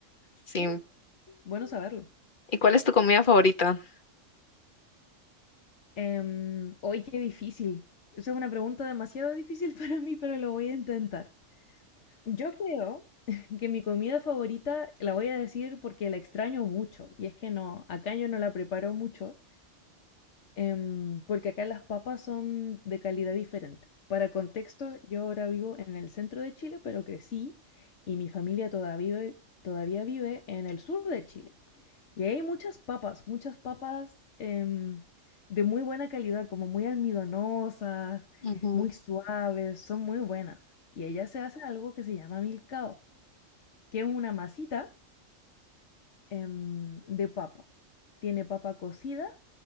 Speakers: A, on the left (about 45°); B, on the left (about 65°).
A: Sí.
B: Mira, bueno saberlo.
A: ¿Y cuál es tu comida favorita?
B: Em, hoy qué difícil. Esa es una pregunta demasiado difícil <laughs> para mí, pero lo voy a intentar. Yo creo <laughs> que mi comida favorita la voy a decir porque la extraño mucho. Y es que no, acá yo no la preparo mucho, Em, porque acá las papas son de calidad diferente. Para contexto, yo ahora vivo en el centro de Chile, pero crecí y mi familia todavía, vive- todavía vive en el sur de Chile. Y ahí hay muchas papas, muchas papas em, de muy buena calidad, como muy almidonosas,
A: Ujú.
B: muy suaves, son muy buenas. Y allá se hace algo que se llama milcao, que es una masita em, de papa. Tiene papa cocida